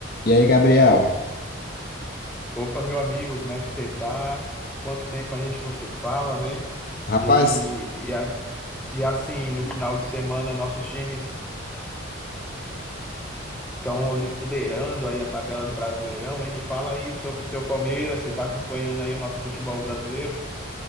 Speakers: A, on the left (about 50°); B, in the centre.
A: E aí, Gabriel?
B: Opa, meu amigo, como é que você tá? Quanto tempo a gente não se fala, né?
A: Rapaz,
B: E, e, a- e assim, no final de semana, nossos times estão liderando aí a tabela do Brasileirão. E me fala aí sobre o seu Palmeiras, você está acompanhando aí o nosso futebol brasileiro?